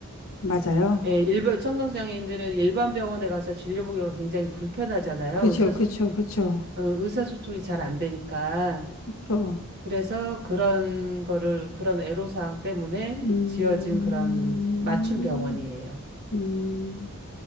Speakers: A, on the left (about 70°); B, on the right (about 50°).
A: 맞아요.
B: 예, 일반, 청각장애인들은 일반 병원에 가서 진료 보기가 굉장히 불편하잖아요.
A: 그쵸,
B: 의사소,
A: 그쵸, 그쵸,
B: 어, 의사소통이 잘 안 되니까.
A: 그쵸.
B: 그래서 그런 거를, 그런 애로사항 때문에
A: 음,
B: 지어진 그런 맞춤 병원이에요.
A: 음.